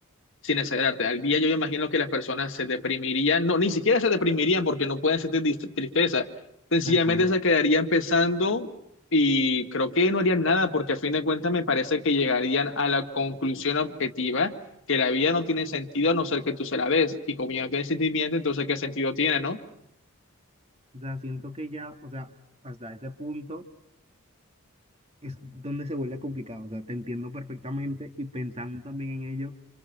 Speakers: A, on the left; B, on the right.
A: sin exagerarte, al día yo imagino que las personas se deprimirían, no, ni siquiera se deprimirían porque no pueden sentir dis- tristeza, sencillamente
B: tal cual.
A: se quedarían pensando y creo que no harían nada porque a fin de cuentas me parece que llegarían a la conclusión objetiva que la vida no tiene sentido a no ser que tú se la des y como ya no tiene sentimiento, entonces ¿qué sentido tiene, no?
B: O sea, siento que ya, o sea, hasta ese punto es donde se vuelve complicado. O sea, te entiendo perfectamente y pensando también en ello,